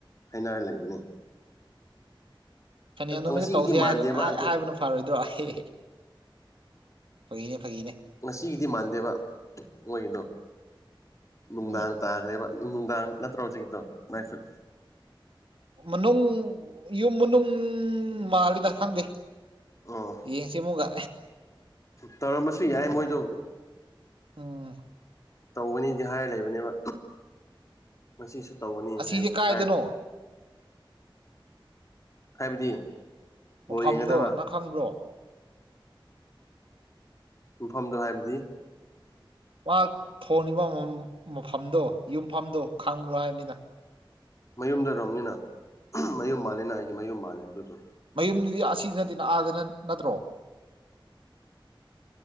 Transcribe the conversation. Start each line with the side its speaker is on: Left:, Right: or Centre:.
Left: ꯍꯥꯏꯩꯅꯔ ꯂꯩꯕꯅꯤ
Right: ꯐꯅꯤ ꯅꯨ
Left: ꯉꯁꯤꯒꯤꯗꯤ
Right: ꯃꯤꯁ ꯇꯧꯁꯤ
Left: ꯃꯥꯟꯗꯦꯕ
Right: ꯍꯥꯏꯔ
Left: ꯑꯗꯨ
Right: ꯍꯥꯏꯕꯅ ꯐꯔꯣꯏꯗ꯭ꯔꯣ ꯑꯦ ꯐꯒꯤꯅꯦ ꯐꯥꯒꯤꯅꯦ
Left: ꯉꯁꯤꯒꯤꯗꯤ ꯃꯥꯟꯗꯦꯕ ꯃꯣꯏꯒꯤꯗꯣ ꯅꯨꯡꯗꯥꯡ
Right: ꯎꯝ
Left: ꯇꯥꯈ꯭ꯔꯦꯕ ꯅꯨꯡꯗꯥꯡ ꯅꯠꯇ꯭ꯔꯣ ꯍꯧꯖꯤꯛꯗꯣ ꯃꯥꯏꯐꯨꯠ
Right: ꯃꯅꯨꯡ ꯌꯨꯝ ꯃꯅꯨꯡ ꯃꯥꯜꯜꯂꯤꯗ ꯈꯪꯗꯦ
Left: ꯑꯣ
Right: ꯌꯦꯡꯁꯤ ꯃꯨꯒꯥ
Left: ꯇꯧꯔꯝꯕꯁꯨ ꯌꯥꯏ ꯃꯣꯏꯗꯣ
Right: ꯑꯣ
Left: ꯇꯧꯒꯅꯤꯗꯤ ꯍꯥꯏꯔ ꯂꯩꯕꯅꯦꯕ ꯉꯁꯤꯁꯨ ꯇꯧꯒꯅꯤ
Right: ꯑꯁꯤꯁꯦ
Left: ꯍꯥꯏ
Right: ꯀꯥꯏꯗꯅꯣ
Left: ꯍꯥꯏ ꯍꯥꯏꯕꯗꯤ
Right: ꯃꯐꯝꯗꯣ
Left: ꯕꯣꯜ ꯌꯦꯡꯒꯗꯕ
Right: ꯅꯪ ꯈꯪꯕ꯭ꯔꯣ
Left: ꯃꯐꯝꯗꯣ ꯍꯥꯏꯕꯗꯤ
Right: ꯉ ꯊꯣꯡꯉꯤꯕ ꯃꯐꯝꯗꯣ ꯌꯨꯝꯐꯝꯗꯣ ꯈꯥꯡꯨ ꯍꯥꯏꯕꯅꯤꯅ
Left: ꯃꯌꯨꯝꯗꯧꯔꯝꯅꯤꯅ ꯃꯌꯨꯝ ꯃꯥꯜꯂꯦꯅ ꯑꯩꯗꯤ ꯃꯌꯨꯝ ꯃꯥꯜꯂꯦ ꯑꯗꯨꯗꯣ
Right: ꯃꯌꯨꯝꯗꯨꯗꯤ ꯑꯁꯤ ꯅꯠꯇꯦꯅ ꯑꯥꯗꯅ ꯅꯠꯇ꯭ꯔꯣ